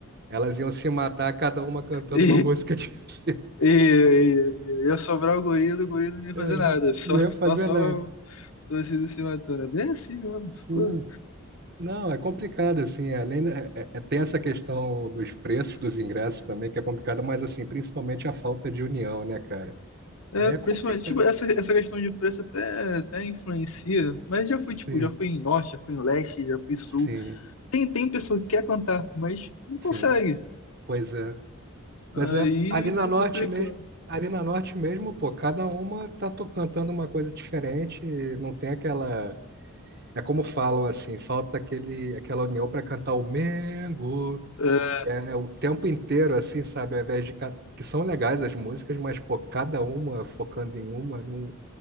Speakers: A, on the right; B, on the left.
A: elas iam se matar, cada uma cantando
B: E,
A: uma música de... <laughs>
B: e, e, e ia sobrar o gorila, o gorila não ia
A: É,
B: fazer nada, só,
A: não ia fazer
B: só, só
A: nada.
B: torcida se matando. É bem assim mesmo.
A: Sim.
B: pô.
A: Não, é complicado, assim, além, da- é- é- tem essa questão dos preços dos ingressos também, que é complicada, mas, assim, principalmente a falta de união, né, cara?
B: É,
A: Aí é
B: principalmente,
A: complicado.
B: tipo, essa, essa questão de preço até, até influencia, mas já fui, tipo,
A: Sim,
B: já fui em norte, já fui em leste, já fui em sul.
A: sim,
B: Tem, tem pessoa que quer cantar, mas não consegue.
A: sim. Pois é.
B: Aí
A: Pois é, ali na
B: fica
A: norte
B: complicado.
A: mesmo, ali na norte mesmo, pô, cada uma tá to- cantando uma coisa diferente, e não tem aquela, é como falam assim, falta aquele aquela união para cantar o Mengo.
B: É,
A: É, é o tempo inteiro assim, sabe, ao invés de ca- que são legais as músicas, mas pô, cada uma focando em uma não